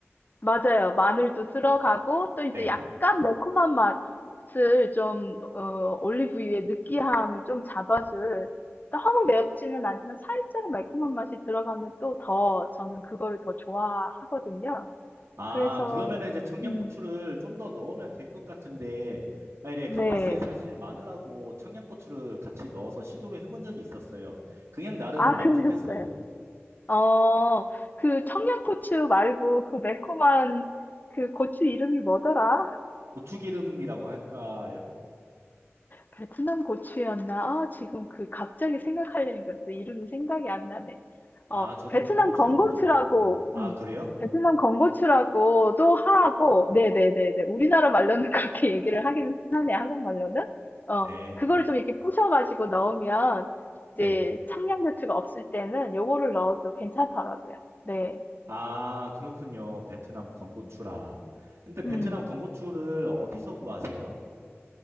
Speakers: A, on the left; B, on the right.
A: 맞아요. 마늘도 들어가고 또 이제
B: 네.
A: 약간 매콤한 맛을 좀 어, 올리브유의 느끼함을 좀 잡아줄 너무 맵지는 않지만 살짝 매콤한 맛이 들어가면 또 더 저는 그거를 더 좋아하거든요.
B: 아,
A: 그래서
B: 그러면 이제 청양고추를
A: 음,
B: 좀 더 넣으면 될 것 같은데, 아, 이래
A: 네.
B: 감바스에 사실 마늘하고 청양고추를 같이 넣어서 시도를 해본 적이 있었어요. 그냥 나름
A: 아,
B: 만족했어요.
A: <laughs> 그러셨어요. 어, 그 청양고추 말고 그 매콤한 그 고추 이름이 뭐더라?
B: 고추기름이라고 할까요?
A: 베트남 고추였나? 아, 지금 그 갑자기 생각하려니까 또 이름이 생각이 안 나네.
B: 아,
A: 어,
B: 저도
A: 베트남
B: 그 고추가
A: 건고추라고,
B: 뭔지 모르겠지만. 아,
A: 음,
B: 그래요?
A: 베트남 건고추라고도 하고, 네네네네. 우리나라 말로는 <laughs> 그렇게 얘기를 하긴 하네, 한국말로는. 어,
B: 네.
A: 그걸 좀 이렇게 부셔가지고 넣으면,
B: 네.
A: 이제 청양고추가 없을 때는 요거를 넣어도 괜찮더라고요. 네.
B: 아, 그렇군요. 베트남 건고추라. 근데 베트남
A: 음.
B: 건고추를 어디서 구하세요?